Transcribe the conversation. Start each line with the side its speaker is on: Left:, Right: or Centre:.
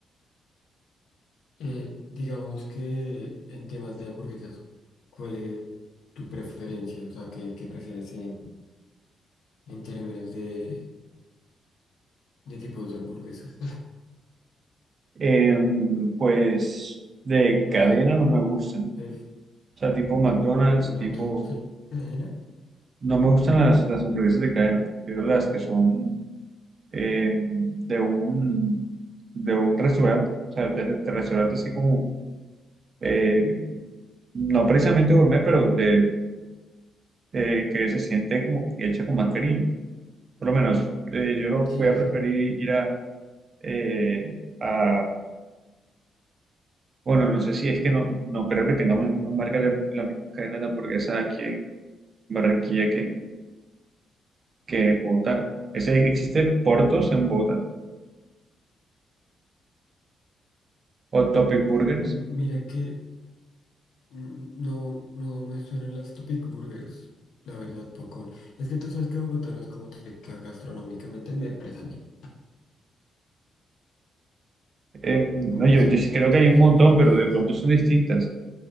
Left: Eh, digamos que en temas de hamburguesas, ¿cuál es tu preferencia? O sea, ¿qué, qué prefieres en, en términos de, de tipos de hamburguesas? <laughs>
Right: Em, pues de cadena
Left: O sea,
Right: no me gustan.
Left: pref-
Right: O sea, tipo McDonald's,
Left: ¿no
Right: tipo...
Left: te gusta la cadena?
Right: No me gustan las, las hamburguesas de cadena. Prefiero las que son em, de un, de un restaurante. O sea, de, de restaurante así como... eh, no precisamente gourmet, pero de eh, que se siente como que hecha con más cariño. Por lo menos, eh, yo lo
Left: Sí,
Right: voy a preferir ir eh, a, bueno, no sé si es que no, no creo que tengamos las mismas marcas, de- las mismas cadenas de hamburguesas aquí en Barranquilla que, que en Bogotá. Ese, existe Portos en Bogotá o Topic Burgers.
Left: m- mira que Mm, No, no me suenan las Topic Burgers, la verdad, poco. Es que tú sabes que Bogotá no es como rica gastronómicamente, me parece a mí.
Right: Em,
Left: Como
Right: no, yo,
Left: siento
Right: yo sí
Left: en
Right: creo
Left: otras
Right: que hay un
Left: zonas
Right: montón,
Left: más,
Right: pero de pronto son distintas.